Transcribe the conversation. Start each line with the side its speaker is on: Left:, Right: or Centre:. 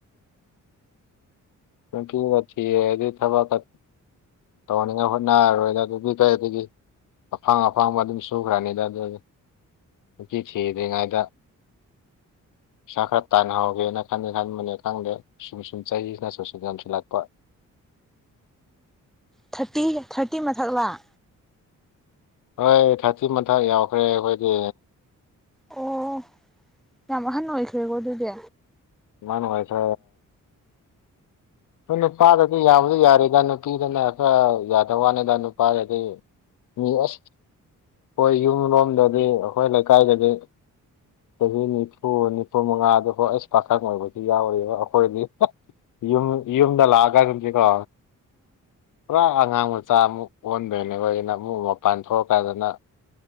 Left: ꯀꯀꯤ ꯉ ꯊꯤꯗꯤ ꯊꯕ ꯀ ꯇꯧꯍꯅꯤꯡꯉꯥꯏ ꯍꯣꯠꯅꯔꯔꯣꯏꯅ ꯑꯗꯨꯒꯤ ꯀꯩ ꯑꯗꯨꯗꯒꯤ ꯑꯐꯥꯡ ꯑꯐꯥꯡꯕ ꯑꯗꯨꯝ ꯁꯨꯈ꯭ꯔꯅꯤꯗ ꯑꯗꯨꯗꯤ ꯅꯨꯄꯤ ꯊꯤꯗ꯭ꯔꯤꯉꯩꯗ ꯄꯩꯁꯥ ꯈꯔ ꯇꯥꯟꯅꯍꯧꯒꯦꯅ ꯈꯟꯗꯦ ꯈꯟꯕꯅꯦ ꯈꯪꯗꯦ ꯁꯨꯝ ꯁꯨꯝ ꯆꯩꯁꯤꯅꯁꯨ ꯁꯤꯝꯁꯤ ꯂꯥꯛꯄ
Centre: ꯊꯥꯔꯇꯤ ꯊꯥꯔꯇꯤ ꯃꯊꯛ ꯂꯥꯛ
Left: ꯍꯣꯏ ꯊꯥꯔꯇꯤ ꯃꯊꯛ ꯌꯥꯎꯈ꯭ꯔꯦ ꯑꯩꯈꯣꯏꯗꯤ
Centre: ꯑꯣ ꯌꯥꯝ ꯑꯍꯟ ꯑꯣꯏꯈ꯭ꯔꯦꯀꯣ ꯑꯗꯨꯗꯤ
Left: ꯏꯃꯅ ꯑꯣꯏꯁꯦ ꯍꯣꯏ ꯅꯨꯄꯥꯗꯗꯤ ꯌꯥꯕꯗꯤ ꯌꯥꯔꯦꯗ ꯅꯨꯄꯤꯗꯅ ꯈꯔ ꯌꯥꯗꯕ ꯋꯥꯅꯤꯗ ꯅꯨꯄꯥꯗꯗꯤ ꯃꯤ ꯑꯩꯈꯣꯏ ꯌꯨꯝ ꯂꯣꯝꯗꯗꯤ ꯑꯩꯈꯣꯏ ꯂꯩꯀꯥꯏꯗꯗꯤ ꯆꯍꯤ ꯅꯤꯐꯨ ꯅꯤꯐꯨ ꯃꯉꯥꯗꯨ ꯍꯣ ꯑꯩꯁ ꯄꯥꯈꯪ ꯑꯣꯏꯕꯁꯨ ꯌꯥꯎꯔꯤꯕ ꯑꯩꯈꯣꯏꯗꯤ ꯌꯨꯝ ꯌꯨꯝꯗ ꯂꯒ ꯇꯝꯁꯤꯦ ꯀꯣ ꯄꯨꯔꯥ ꯑꯉꯥꯡ ꯃꯆꯥ ꯑꯃꯨꯛ ꯑꯣꯟꯗꯣꯏꯅꯦꯈꯅ ꯑꯃꯨꯛ ꯃꯄꯥꯟ ꯊꯣꯛꯂꯛꯀꯥꯟꯗꯅ